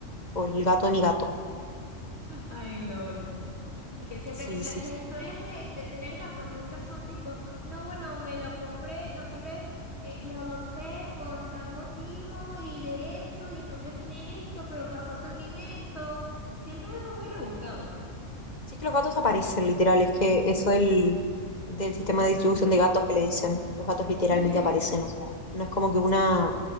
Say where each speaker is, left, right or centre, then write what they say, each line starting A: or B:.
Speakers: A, on the left; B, on the left.
A: o el gato de mi gato.
B: ay, LOL. Es que siempre,
A: Sí,
B: la-
A: sí, sí.
B: las historias de, de tener gato nunca son tipo, no, bueno, me lo compré, no, siempre es, eh, lo adopté por tal motivo y de esto y el nombre tiene esto, pero pasó también esto. Siempre es algo muy rebuscado.
A: Sí es que los gatos aparecen, literal, es que eso del, del sistema de distribución de gatos que le dicen, los gatos literalmente
B: <laughs>
A: aparecen, o sea, no es como que una